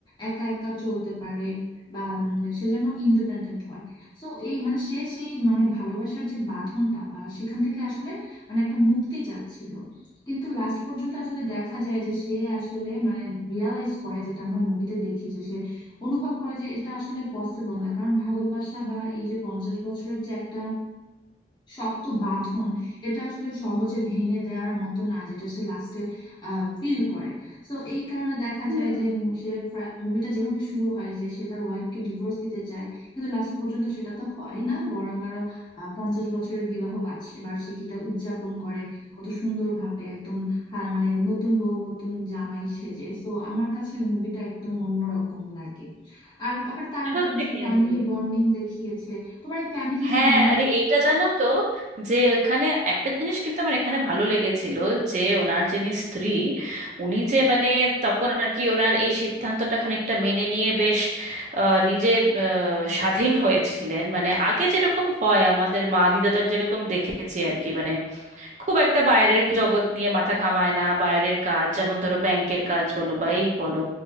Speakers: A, on the left (about 25°); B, on the right (about 40°).
A: একা একা চলতে পারে বা উম, সে যেন ইন্ডিপেন্ডেন্ট হয় সো এই মানে সে সেই মানে ভালোবাসার যে বাঁধনটা বা সেখান থেকে আসলে মানে একটা মুক্তি চাচ্ছিল কিন্তু লাস্ট পর্যন্ত আসলে দেখা যায় যে সে আসলে মানে রিয়ালাইজ করে যেটা আমরা মুভিতে দেখি যে সে অনুভব করে যে এটা আসলে পসিবল না কারণ ভালোবাসা বা এই যে পঞ্চাশ বছরের যে একটা শক্ত বাঁধন এটা আসলে সহজে ভেঙে দেওয়ার মতো না যেটা সে লাস্টে ফিল করে তো এই কারণে দেখা
B: হুম
A: যায় যে মু- সে মুভিটা যেভাবে শুরু হয় যে সে তার ওয়াইফকে ডিভোর্স দিতে চায় কিন্তু লাস্ট পর্যন্ত সেটা তো হয় না বরং আরো আহ, পঞ্চাশ বছরের বিবাহ বার্ষ- বার্ষিকীটা উদযাপন করে কত সুন্দর ভাবে একদম হ্যাঁ, মানে নতুন বউ নতুন জামাই সেজে তো আমার কাছে মুভিটা একদম অন্যরকম লাগে আর আবার তার
B: সত্যি
A: উপর যে
B: কিন্তু
A: ফ্যামিলি বন্ডিং দেখিয়েছে তোমার এই ফ্যামিলি
B: হ্যাঁ
A: যে বন্ডিং
B: আরে এইটা জানো তো যে ওইখানে একটা জিনিস কিন্তু আমার এখানে ভালো লেগেছিল যে ওনার যিনি স্ত্রী উনি যে মানে তখন আর কি ওনার এই সিদ্ধান্তটা খানিকটা মেনে নিয়ে বেশ আহ, নিজে আহ, স্বাধীন হয়েছিলেন মানে আগে যেরকম হয় আমাদের মা দিদাদের যেরকম দেখেছি আর কি মানে খুব একটা বাইরের জগৎ নিয়ে মাথা ঘামায় না বাইরের কাজ যেমন ধরো ব্যাংকের কাজ বলো বা এই বলো